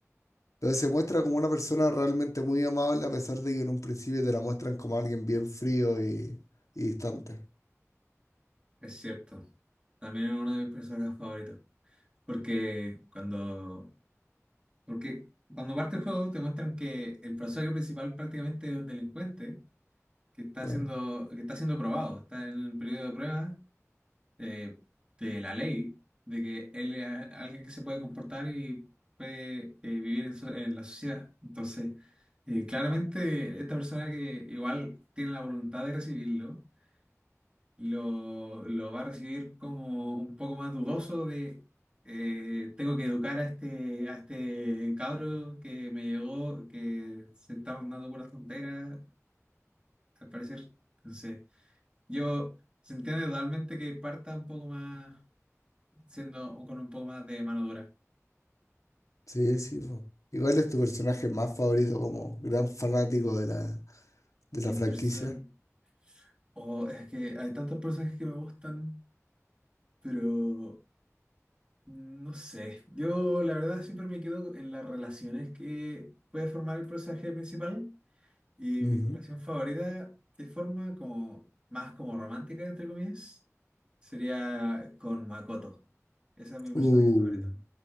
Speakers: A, on the left; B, on the right.
A: Entonces se muestra como una persona realmente muy amable a pesar de que en un principio te la muestran como alguien bien frío y, y distante.
B: Es cierto, también es uno de mis personajes favoritos. Porque cuando Porque cuando parte el juego te muestran que el personaje principal prácticamente es un delincuente que está
A: Claro.
B: siendo, que está siendo probado, está en el periodo de prueba eh, de la ley, de que él es a- alguien que se puede comportar y puede eh, vivir en, so- en la sociedad. Entonces, eh, claramente esta persona que igual tiene la voluntad de recibirlo, lo, lo va a recibir como un poco más dudoso de eh, tengo que educar a este, a este cabro que me llegó, que se está mandando puras tonteras, al parecer. Entonces, yo se entiende totalmente que parta un poco más, siendo con un poco más de mano dura.
A: Sí, sí. po. Igual es tu personaje más favorito como gran fanático de la, de la
B: Mi
A: franquicia.
B: person- o es que hay tantos personajes que me gustan, pero no sé. Yo la verdad siempre me quedo en las relaciones que puede formar el personaje principal Y
A: Ujú.
B: mi relación favorita, de forma como más como romántica, entre comillas, sería con Makoto. Esa es mi personaje
A: Uh,
B: favorita.